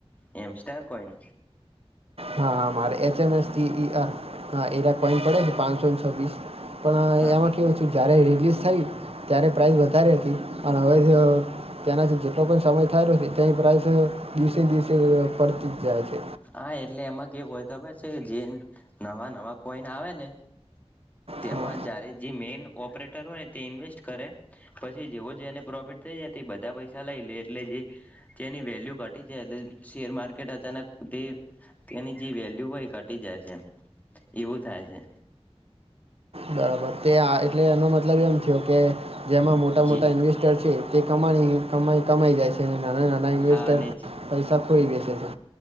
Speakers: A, on the left (about 15°); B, on the right (about 70°).
A: એ સ્ટાર કોઈન
B: હા મારે H M S E E M. હા એવા પોઈન્ટ પડે છે પાંચસો <unintelligible> પણ
A: હા
B: એમાં કેવું છે જ્યારે રીલીઝ થઈ ત્યારે પ્રાઇસ વધારે હતી અને હવે ત્યાંનાથી જેટલો પણ સમય થાયલો છે ત્યાં પ્રાઇસ દિવસે દિવસે પડતી જ જાય છે.
A: હા એટલે એમાં કેવુંક હોય ખબર છે કે જે નવા નવા કોઈન આવે ને તેમાં
B: હા
A: જ્યારે જે મેઈન ઓપરેટર હોય ને તે ઇન્વેસ્ટ કરે પછી જેવો જેને પ્રોફિટ થઈ જાય તે બધા પૈસા લઈ લે એટલે જે તેની વેલ્યુ ઘટી જાય એટલે શેર માર્કેટ અચાનક તે તેની જે વેલ્યુ હોય ઘટી જાય છે એવું થાય છે.
B: બરાબર તે એટલે એનો મતલબ એમ થયો કે જેમાં મોટા
A: જી
B: મોટા ઇન્વેસ્ટર છે. તે કમાણી કમાઈ કમાઈ જાય છે. નાના નાના ઇન્વેસ્ટર
A: હા અને
B: પૈસા કોઈ બેસે છે.